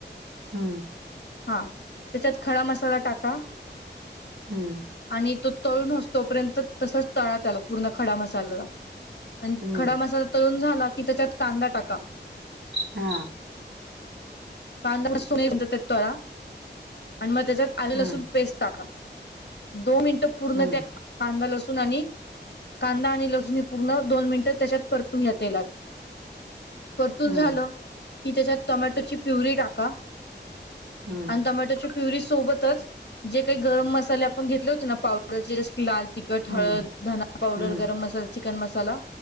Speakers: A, on the right (about 75°); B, on the left (about 65°).
A: हम्म
B: हा त्याच्यात खडा मसाला टाका
A: हं,
B: आणि तो तळून हो तोपर्यंत तसच तळा त्या आला पूर्ण खडा मसाल्याला आणि
A: हं.
B: खडा मसाला तळून झाला की त्याच्यात कांदा टाका
A: हा
B: कांदा सोनी तळा आणि मग त्याच्यात आले
A: हं,
B: लसून पेस्ट टाका दोन मिनिट पूर्ण
A: हं,
B: त्या कांदा्या ल असून आणि कांदा आणि लसूणी पूर्ण दोन मिनिटं त्याच्यात परतून तेलात परतून
A: हं,
B: झालं की त्याच्यात टोमॅटोची प्युरी टाका
A: हं,
B: आणि टोमाॅटो चुट प्युरी सोबतच जे काही गरम मसाले आपण घेतले होते ना पावडरचे जस की लाल तिखट हळद
A: हं,
B: धना पावडर
A: हं.
B: गरम मसाला चिकन मसाला